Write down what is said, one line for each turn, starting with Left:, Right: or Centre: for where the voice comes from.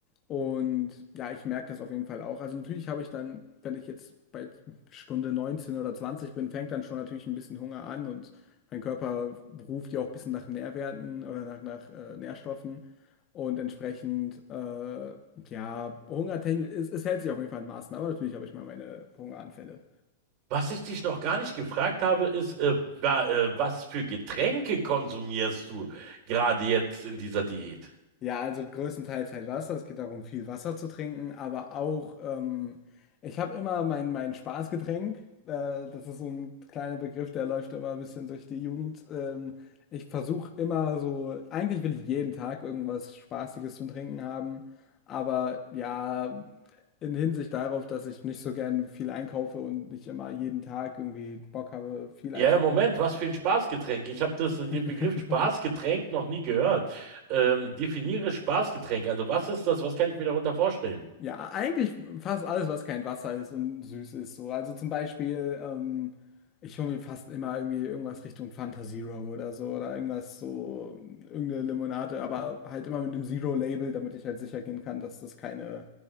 Left: Und ja, ich merke das auf jeden Fall auch. Also natürlich habe ich dann, wenn ich jetzt bei Stunde 19 oder 20 bin, fängt dann schon natürlich ein bisschen Hunger an und mein Körper ruft ja auch ein bisschen nach Nährwerten oder nach, nach äh, Nährstoffen. Und entsprechend, äh, ja, hungertechnisch, es, es hält sich auf jeden Fall in Maßen, aber natürlich habe ich mal meine Hungeranfälle.
Right: Was ich dich noch gar nicht gefragt habe, ist, äh, wa- äh, was für Getränke konsumierst du gerade jetzt in dieser Diät?
Left: Ja, also größtenteils halt Wasser. Es geht darum, viel Wasser zu trinken, aber auch, ähm, ich habe immer mein, mein Spaßgetränk. Äh, das ist so ein kleiner Begriff, der läuft immer ein bisschen durch die Jugend. Ähm, ich versuche immer so, eigentlich will ich jeden Tag irgendwas Spaßiges zum Trinken haben, aber ja, in Hinsicht darauf, dass ich nicht so gern viel einkaufe und nicht immer jeden Tag irgendwie Bock habe, viel einzukaufen.
Right: Ja, Moment, was für ein Spaßgetränk? Ich habe das,
Left: <laughs>
Right: den Begriff Spaßgetränk noch nie gehört. Ähm, definiere Spaßgetränk. Also was ist das? Was kann ich mir darunter vorstellen?
Left: Ja, eigentlich fast alles, was kein Wasser ist und süß ist. So. Also zum Beispiel, ähm, ich hole mir fast immer irgendwie irgendwas Richtung Fanta Zero oder so oder irgendwas so, irgendeine Limonade, aber halt immer mit einem Zero-Label, damit ich halt sicher gehen kann, dass das keine